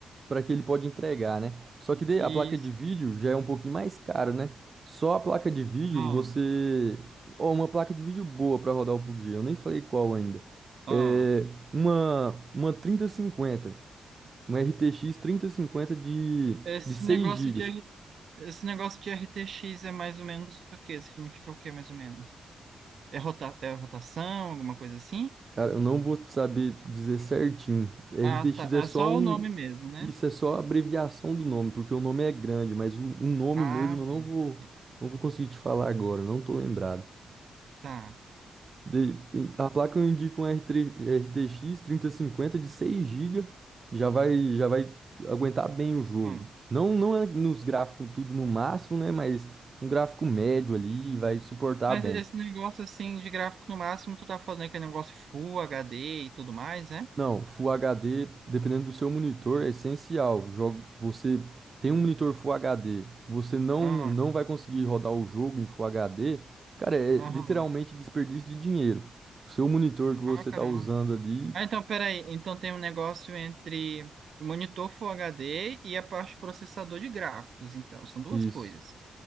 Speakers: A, on the right (about 45°); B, on the right (about 65°).
A: para que ele pode entregar, né? Só que daí
B: E
A: a placa de vídeo já é um pouquinho mais caro, né? Só a placa de vídeo
B: ah,
A: você. Ó, uma placa de vídeo boa para rodar o PUBG, eu nem falei qual ainda.
B: ah,
A: É uma, uma trinta cinquenta uma RTX cinquenta de,
B: esse
A: de 6
B: negócio
A: gigas
B: de R- esse negócio de RTX é mais ou menos o quê? Significa o quê, mais ou menos? É, rota, é rotação, alguma coisa assim?
A: Cara, eu não vou saber dizer certinho. RTX
B: Ah, tá.
A: é
B: É
A: só
B: só
A: um.
B: o nome mesmo, né?
A: Isso é só a abreviação do nome, porque o nome é grande, mas o, o nome
B: Ah,
A: mesmo eu não
B: tá.
A: vou,
B: Entendi.
A: não vou conseguir te falar agora, eu não tô lembrado.
B: Tá.
A: De- a placa eu indico um R3 RTX 3050 de 6 GB, já vai, já vai aguentar bem o jogo.
B: Hum.
A: Não, não é nos gráficos tudo no máximo, né? Mas um gráfico médio ali vai suportar
B: Mas
A: bem.
B: esse negócio assim de gráfico no máximo, tu tá falando que é negócio Full HD e tudo mais, né?
A: Não, Full HD, dependendo do seu monitor, é essencial. Jogo, você tem um monitor Full HD, você não
B: Ah,
A: não vai conseguir rodar o jogo em Full HD, cara, é
B: aham.
A: literalmente desperdício de dinheiro. O seu monitor que você
B: Ah, caramba.
A: está usando ali,
B: Ah, então, peraí. Então tem um negócio entre o monitor Full HD e a parte processador de gráficos, então. São duas
A: isso.
B: coisas.